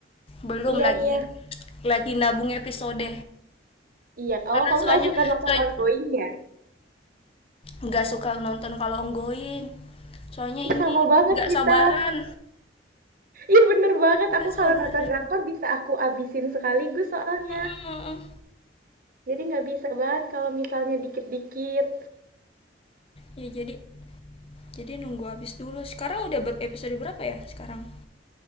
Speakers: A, on the left (about 30°); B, on the right (about 50°).
A: belum
B: Iya,
A: lagi
B: iya.
A: lagi nabung episode.
B: Iya.
A: Karena
B: Oh, kamu
A: soalnya
B: nggak suka nonton
A: soalnya,
B: ongoing-nya?
A: nggak suka nonton kalau onggoin soalnya
B: Ih,
A: ini
B: sama banget
A: nggak
B: kita.
A: sabaran
B: Ih, bener banget.
A: nggak
B: Aku
A: sabaran
B: kalau nonton drakor bisa aku abisin sekaligus soalnya.
A: Mm-mm.
B: Jadi nggak bisa banget kalau misalnya dikit-dikit.
A: ya jadi jadi nunggu habis dulu sekarang udah ber episode berapa ya sekarang